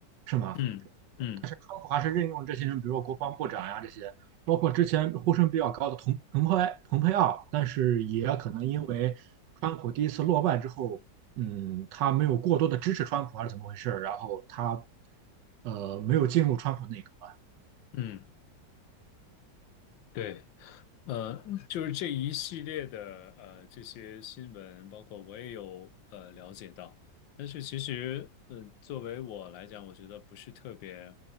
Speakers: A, on the right (about 75°); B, on the left (about 80°).
A: 是吗？
B: 嗯嗯
A: 川普还是任用这些人，比如说国防部长呀这些，包括之前呼声比较高的彭彭佩彭佩奥，但是也可能因为川普第一次落败之后，嗯，他没有过多的支持川普还是怎么回事儿，然后他呃没有进入川普内阁啊。
B: 嗯，对。呃，就是这一系列的呃这些新闻，包括我也有呃了解到，但是其实，嗯、作为我来讲，我觉得不是特别，